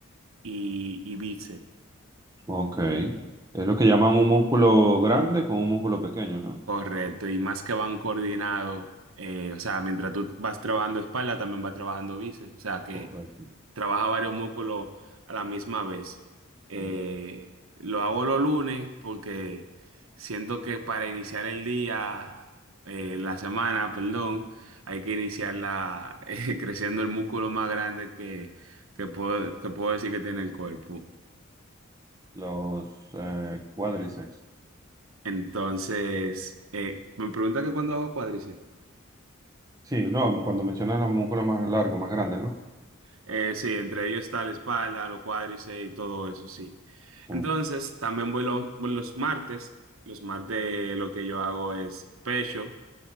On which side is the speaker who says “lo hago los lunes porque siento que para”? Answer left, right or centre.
Right